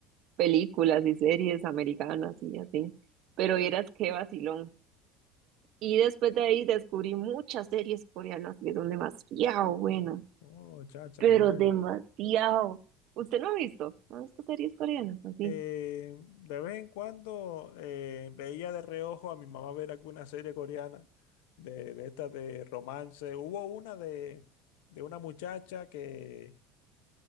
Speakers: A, on the right (about 55°); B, on the left (about 70°).
A: películas y series americanas y así, pero vieras qué vacilón. Y después de ahí descubrí muchas series coreanas que son demasiado buenas,
B: Oh, chacha,
A: pero
B: qué bueno.
A: demasiado. ¿Usted no ha visto? ¿No ha visto series coreanas así?
B: Eh, de vez en cuando eh, veía de reojo a mi mamá ver alguna serie coreana de, de estas de romance. Hubo una de, de una muchacha que,